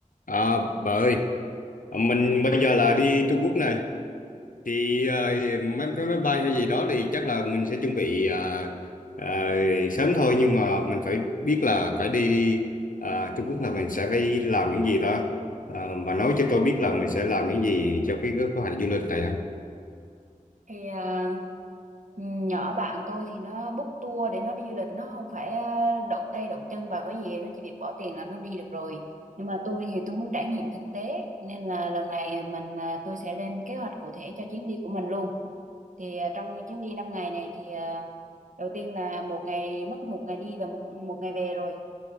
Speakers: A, on the left; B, on the right.
A: À, bà ơi, ờ, mình bây giờ là đi Trung Quốc này, thì ờ, mấy cái máy bay hay gì đó thì chắc là mình sẽ chuẩn bị ờ, ờ, sớm thôi, nhưng mà mình phải biết là phải đi ờ, Trung Quốc là mình sẽ phải làm những gì đó. Ờ, bà nói cho tôi biết là mình sẽ làm những gì cho cái kế hoạch du lịch này ha.
B: thì à, nhỏ bạn tôi thì nó book tour để nó đi du lịch nó không phải à, động tay động chân vào cái gì nó chỉ việc bỏ tiền là nó đi được rồi nhưng mà tôi thì tôi muốn trải nghiệm thực tế nên là lần này mình à, tôi sẽ lên kế hoạch cụ thể cho chuyến đi của mình luôn thì à, trong chuyến đi 5 ngày này thì à, đầu tiên là một ngày mất một ngày đi và một một ngày về rồi